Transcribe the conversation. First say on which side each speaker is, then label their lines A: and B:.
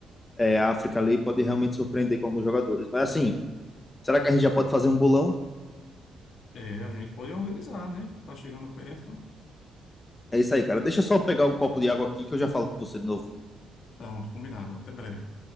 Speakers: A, on the left; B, on the left.
A: É, a África ali pode realmente surpreender com alguns jogadores. Mas, assim. Será que a gente já pode fazer um bolão?
B: É, a gente pode organizar, né? Tá chegando perto.
A: É isso aí, cara. Deixa eu só pegar um copo de água aqui que eu já falo com você de novo.
B: Pronto, combinado. Até breve.